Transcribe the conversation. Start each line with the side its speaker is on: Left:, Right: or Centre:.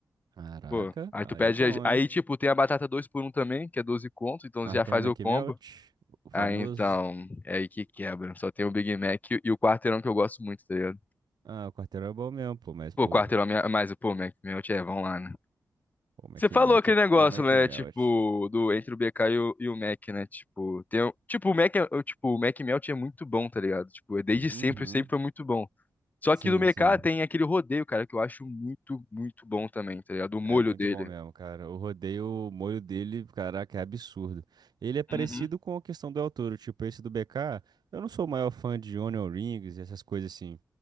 Right: Caraca,
Left: Pô, aí
Right: aí
Left: tu pede.
Right: é bom,
Left: as- Aí,
Right: hein?
Left: tipo, tem a batata 2 por um também, que é 12 conto, então
Right: Mas
Left: você já
Right: tem
Left: faz
Right: o McMelt,
Left: o combo.
Right: o famoso.
Left: Aí então, é aí que quebra. Só tem o Big Mac e e o quarteirão que eu gosto muito, tá ligado?
Right: Ah, o quarteirão é bom mesmo, pô, mas,
Left: Pô,
Right: pô,
Left: quarteirão, é minha... mas, pô, Mac, meu, tchê, vamos lá, né?
Right: o McMelt
Left: Você falou aquele
Right: é,
Left: negócio,
Right: é o McMelt.
Left: né? Tipo, do entre o BK e o, e o Mac, né? Tipo, tem, um- tipo, o Mac, é- o- tipo, o Mac Melt é muito bom, tá ligado? Tipo, é desde
Right: Uhum.
Left: sempre, sempre foi muito bom. Só
Right: Sim,
Left: que no mercado
Right: sim.
Left: tem aquele rodeio, cara, que eu acho muito, muito bom também, tá ligado? O molho
Right: É muito
Left: dele.
Right: bom mesmo, cara. Eu rodei o molho dele, caraca, é absurdo. Ele é parecido
Left: Uhum.
Right: com a questão do El Toro, tipo, esse do BK. Eu não sou o maior fã de Onion Rings e essas coisas assim.